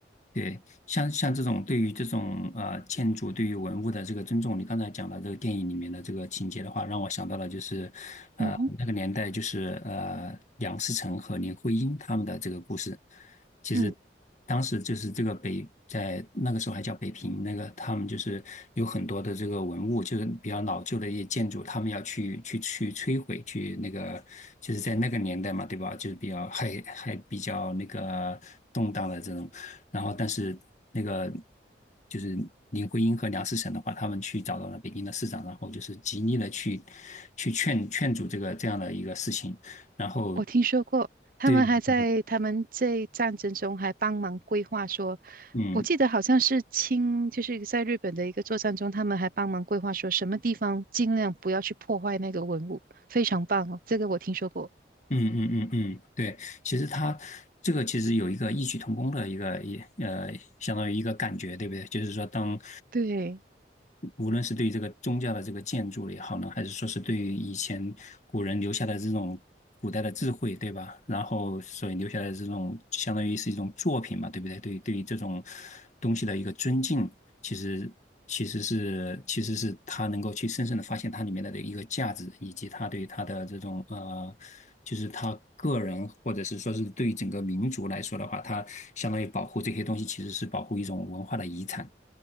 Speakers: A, on the left; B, on the right.
A: 对，像像这种对于这种呃建筑对于文物的这个尊重，你刚才讲的这个电影里面的这个情节的话，让我想到了就是，呃那个年代就是呃梁思成和林徽因他们的这个故事。
B: 嗯哼，
A: 其实
B: 嗯。
A: 当时就是这个北在那个时候还叫北平，那个他们就是有很多的这个文物，就是比较老旧的一些建筑，他们要去去去摧毁，去那个就是在那个年代嘛，对吧？就是比较还还比较那个动荡的这种。然后但是那个就是林徽因和梁思成的话，他们去找到了北京的市长，然后就是极力的去去劝劝阻这个这样的一个事情，然后
B: 我听说过，他们还在他们在战争中还帮忙规划说，
A: 对，就是嗯。
B: 我记得好像是清，就是在日本的一个作战中，他们还帮忙规划说什么地方尽量不要去破坏那个文物，非常棒哦，这个我听说过。
A: 嗯嗯嗯嗯，对，其实他这个其实有一个异曲同工的一个一呃，相当于一个感觉，对不对？就是说当，
B: 对
A: 无论是对于这个宗教的这个建筑也好呢，还是说是对于以前古人留下的这种古代的智慧，对吧？然后所以留下来的这种相当于是一种作品嘛，对不对？对于对于这种东西的一个尊敬，其实其实是其实是他能够去深深的发现它里面的一个价值，以及他对他的这种呃。就是他个人，或者是说是对于整个民族来说的话，他相当于保护这些东西，其实是保护一种文化的遗产。